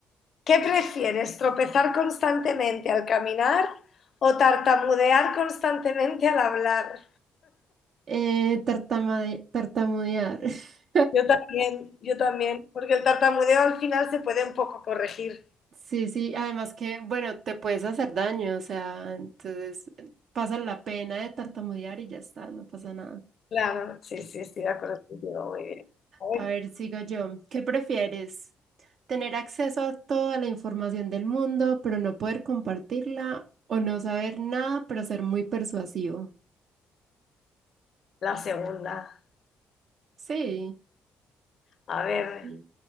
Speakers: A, on the left; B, on the right.
A: ¿Qué prefieres? ¿Tropezar constantemente al caminar o tartamudear constantemente al hablar?
B: Eh, tartamade- tartamudear. <laughs>
A: Yo también, yo también, porque el tartamudeo al final se puede un poco corregir.
B: Sí, sí. Además que, bueno, te puedes hacer daño. O sea, entonces eh, pasa la pena de tartamudear y ya está, no pasa nada.
A: Claro, sí, sí, estoy de acuerdo contigo, muy bien. A ver,
B: A ver, sigo yo. ¿Qué prefieres? ¿Tener acceso a toda la información del mundo, pero no poder compartirla? ¿O no saber nada, pero ser muy persuasivo?
A: la segunda.
B: Sí,
A: A ver,
B: no